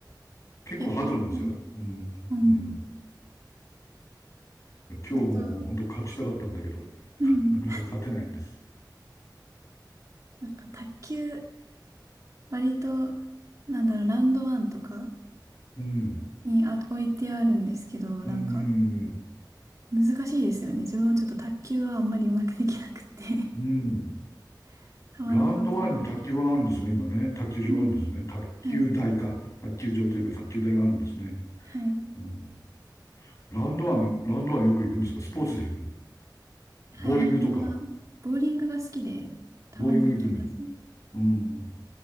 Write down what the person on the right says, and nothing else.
結構、うん。
うん。
ずっと、うん。
なんか卓球、割と、なんだろう、ラウンドワンとか
にあ置いてあるんですけど、
なんか
難しいですよね。自分もちょっと卓球はあんまりうまくできなくって
<laughs> 球のコントロールね。
うん。
はい。
はい。
はい。
ラウンドワン、ボーリングが好きで、たまに行きますね。